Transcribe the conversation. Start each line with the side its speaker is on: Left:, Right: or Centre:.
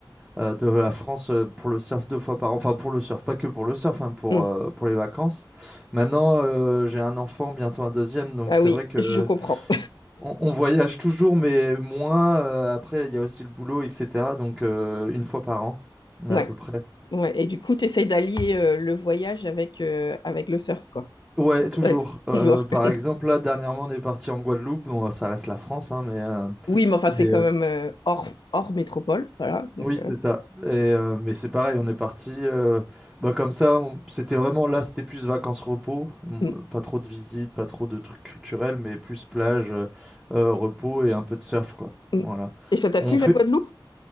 Centre: euh, de la France euh, pour le surf deux fois par an. Enfin, pour le surf, pas que pour le surf, hein, pour,
Left: Hmm.
Centre: euh, pour les vacances. Maintenant, euh, j'ai un enfant, bientôt un deuxième, donc
Left: Ah
Centre: c'est
Left: oui,
Centre: vrai que
Left: je comprends.
Centre: on, on voyage toujours, mais moins. euh, après, il y a aussi le boulot, etc. Donc, euh, une fois par an,
Left: <laughs> Ouais.
Centre: à peu près.
Left: Ouais, et du coup, tu essaies d'allier euh, le voyage avec, euh, avec le surf, quoi.
Centre: Ouais, toujours.
Left: Ouais, c'est toujours.
Centre: Euh, par
Left: <laughs>
Centre: exemple, là, dernièrement, on est parti en Guadeloupe. Bon, ça reste la France, hein, mais, euh,
Left: Oui, mais enfin,
Centre: mais
Left: c'est quand même euh, hors, hors métropole, voilà. Donc,
Centre: Oui,
Left: euh,
Centre: c'est ça. Et, euh, mais c'est pareil, on est parti euh, bah, comme ça. on- C'était vraiment là, c'était plus vacances-repos. on-
Left: mm,
Centre: euh, Pas trop de visites, pas trop de trucs culturels, mais plus plage, euh, euh, repos et un peu de surf, quoi.
Left: mm.
Centre: Voilà.
Left: Et ça t'a plu,
Centre: On fait.
Left: la Guadeloupe?